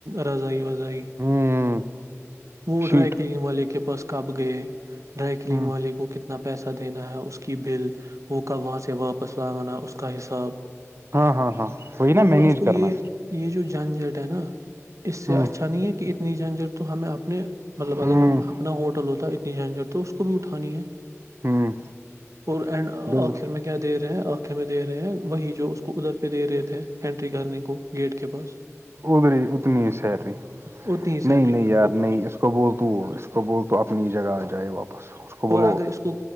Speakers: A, on the right; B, on the right.
A: رضائی وغذائی
B: ہ
A: وہ ڈرائی
B: شیٹ
A: کلین والے کے پاس کب گئے ڈرائی کلین
B: ہ
A: والے کو کتنا پیسہ ا دینا ہے اس کی بل وہ کب وہاں سے واپس لوانا ہے اس کا حساب
B: ہاں ہاں ہاں وہی
A: میں
B: نا
A: نے
B: مینج
A: بولا اس کو یہ
B: کرنا
A: یہ جو جھنجھٹ ہے نا اس سے
B: ہوں
A: اچھا نہیں ہے کہ اتنی جھجھٹ تو ہمیں اپنے مطلب اگر
B: ہوں
A: اپنا ہوٹل ہوتا ہے اتنی جھجھٹ تو اس کو بھی اٹھانی ہے
B: ہوں
A: اور اینڈ
B: بالکل
A: آخر میں کیا دے رہے ہیں آنکھیں میں دے رہے ہیں وہی جو اس کو ادھر پہ دے رہے تھے اینٹری کرنے کو گیٹ کے پاس
B: ادری اتنی سیلری
A: اتنی ہی سیلری
B: نہیں نہیں یار
A: اور
B: نہیں اس اس کو بول تو اس کو بول تو اپنی جگہ آ جائے واپس اس کو
A: اور
B: بولو
A: اگر اس تو